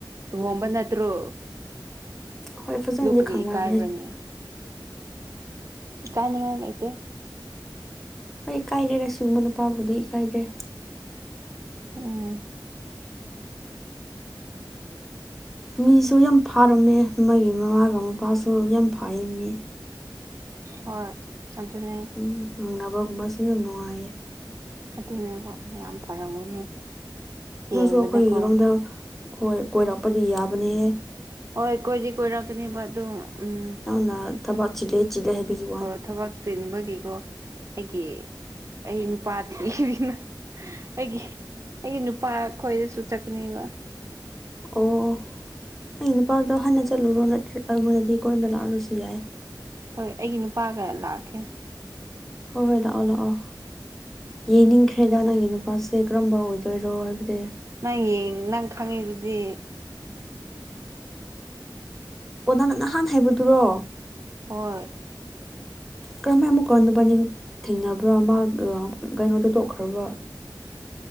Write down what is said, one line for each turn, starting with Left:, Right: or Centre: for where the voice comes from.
Right: ꯂꯨꯍꯣꯡꯕ ꯅꯠꯇ꯭ꯔꯣ?
Centre: ꯍꯣꯏ ꯐꯖꯅꯗꯤ
Right: ꯗꯨ ꯀ꯭ꯔꯤ
Centre: ꯈꯪꯅꯕꯅꯦ
Right: ꯏꯀꯥꯏꯕ꯭ꯔꯅꯦ? ꯏꯀꯥꯏꯅꯤꯉꯥꯏ ꯂꯩꯇꯦ꯫
Centre: ꯍꯣꯏ ꯏꯀꯥꯏꯗꯦꯗ ꯁꯨꯝꯕ ꯅꯨꯄꯥꯕꯨꯗꯤ ꯏꯀꯥꯏꯒ꯭ꯔꯦ꯫
Right: ꯎꯝ
Centre: ꯃꯤꯁꯨ ꯌꯥꯝ ꯐꯥꯔꯝꯃꯦ ꯃꯥꯒꯤ ꯃꯃꯥꯒ ꯃꯄꯥꯁꯨ ꯌꯥꯝ ꯐꯥꯏꯌꯦ ꯃꯤ꯫
Right: ꯍꯣꯏ ꯑꯗꯨꯅꯦ
Centre: ꯎ ꯉꯥꯡꯅꯕꯒꯨꯝꯕꯁꯨ ꯌꯥꯝ ꯅꯨꯡꯉꯥꯏꯌꯦ꯫
Right: ꯑꯗꯨꯅꯦꯕ ꯌꯥꯝ ꯐꯔꯝꯒꯅꯦꯕ꯫
Centre: ꯅꯪꯁꯨ
Right: ꯌꯦꯡꯕꯗꯀꯣ
Centre: ꯑꯈꯣꯏ ꯔꯣꯝꯗ ꯈꯣꯏ ꯀꯣꯏꯔꯛꯄꯗꯤ ꯌꯥꯕꯅꯦꯍꯦ꯫
Right: ꯍꯣꯏ ꯀꯣꯏꯗꯤ ꯀꯣꯏꯔꯛꯀꯅꯦꯕ ꯑꯗꯨ ꯎꯝ
Centre: ꯅꯪꯅ ꯊꯕꯛ ꯆꯤꯜꯂꯦ ꯆꯤꯜꯂꯦ ꯍꯥꯢꯕꯒꯤ
Right: ꯑꯣ ꯊꯕꯛ ꯆꯤꯟꯕꯒꯤꯀꯣ ꯑꯩꯒꯤ ꯑꯩ ꯅꯨꯄꯥ ꯊꯤꯔꯤꯅ ꯑꯩꯒꯤ ꯑꯩꯒꯤ ꯅꯨꯄꯥ ꯈꯣꯏꯗꯁꯨ ꯆꯠꯀꯅꯤꯕ꯫
Centre: ꯑꯣ ꯑꯣ ꯅꯪꯒꯤ ꯅꯨꯄꯥꯗꯣ ꯍꯥꯟꯅ ꯆꯠꯂꯨꯔꯣ ꯅꯠꯇ꯭ꯔꯦ ꯑꯩꯉꯣꯟꯗꯗꯤ ꯀꯣꯟꯅ ꯂꯥꯛꯔꯁꯨ ꯌꯥꯏ꯫
Right: ꯍꯣꯏ ꯑꯩꯒꯤ ꯅꯨꯄꯥꯒ ꯂꯥꯛꯀꯦ꯫
Centre: ꯍꯣꯏ ꯍꯣꯏ ꯂꯥꯛꯑꯣ ꯂꯥꯛꯑꯣ꯫ ꯌꯦꯡꯅꯤꯡꯈ꯭ꯔꯦꯗ ꯅꯪꯒꯤ ꯅꯨꯄꯥꯁꯦ ꯀꯔꯝꯕ ꯑꯣꯏꯗꯣꯏꯔꯣ ꯍꯥꯏꯕꯗꯤ꯫
Right: ꯅꯪ ꯌꯦꯡ ꯅꯪ ꯈꯪꯉꯤ ꯗꯨꯗꯤ꯫
Centre: ꯑꯣ ꯅꯪꯅꯥ ꯅꯍꯥꯟ ꯍꯥꯏꯕꯗꯨꯔꯣ?
Right: ꯍꯣꯏ
Centre: ꯀꯔꯝꯃꯥꯏꯅ ꯑꯃꯨꯛꯀ ꯅꯕꯥꯅꯤ ꯊꯦꯡꯅꯕ꯭ꯔꯥ ꯃꯒꯥ ꯀꯩꯅꯣꯗꯣ ꯇꯣꯛꯈ꯭ꯔꯕ꯭ꯔꯥ?